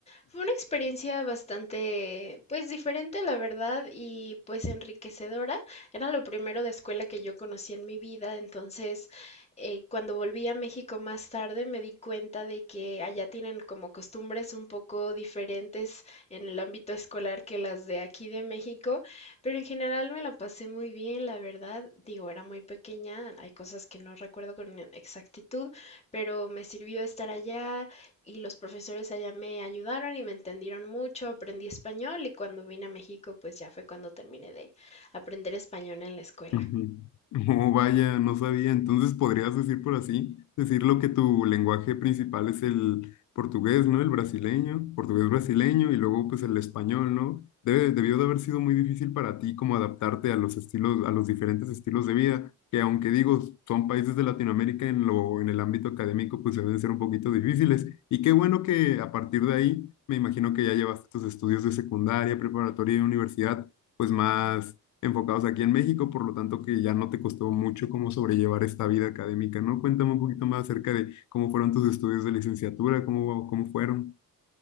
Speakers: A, on the left; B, on the left.
A: Fue una experiencia bastante, pues diferente, la verdad, y pues enriquecedora. Era lo primero de escuela que yo conocí en mi vida, entonces eh, cuando volví a México más tarde me di cuenta de que allá tienen como costumbres un poco diferentes en el ámbito escolar que las de aquí de México. Pero en general me la pasé muy bien, la verdad. Digo, era muy pequeña, hay cosas que no recuerdo con e-, exactitud, pero me sirvió estar allá y los profesores allá me ayudaron y me entendieron mucho, aprendí español y cuando vine a México, pues ya fue cuando terminé de aprender español en la escuela.
B: Ujú. <laughs> Oh, vaya, no sabía. Entonces podrías decir por así, decirlo que tu lenguaje principal es el portugués, ¿no? El brasileño, portugués brasileño y luego pues el español, ¿no? Debe, debió de haber sido muy difícil para ti como adaptarte a los estilos, a los diferentes estilos de vida, que aunque digo, son países de Latinoamérica en lo, en el ámbito académico, pues deben ser un poquito difíciles. Y qué bueno que a partir de ahí, me imagino que ya llevaste tus estudios de secundaria, preparatoria y universidad, pues más enfocados aquí en México, por lo tanto que ya no te costó mucho cómo sobrellevar esta vida académica, ¿no? Cuéntame un poquito más acerca de cómo fueron tus estudios de licenciatura, cómo, cómo fueron.